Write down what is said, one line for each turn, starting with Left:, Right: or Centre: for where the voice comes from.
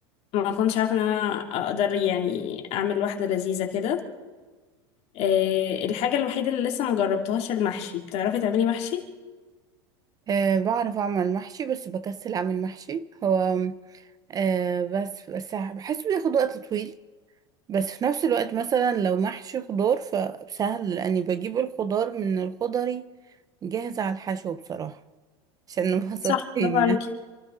Left: ما كنتش عارفه ان انا اقدر يعني اعمل واحده لذيذه كده آه الحاجه الوحيده اللي لسه ما جربتهاش المحشي بتعرفي تعملي محشي
Right: أه بعرف اعمل محشي بس بكسل اعمل محشي هو أه بس بس بحسه بياخد وقت طويل بس في نفس الوقت مثلا لو محشي خضار فسهل لاني بجيب الخضار من الخضري جاهز على الحشو بصراحة عشان نبقى <laughs> صادقين
Left: صح برافو عليكي
Right: يعني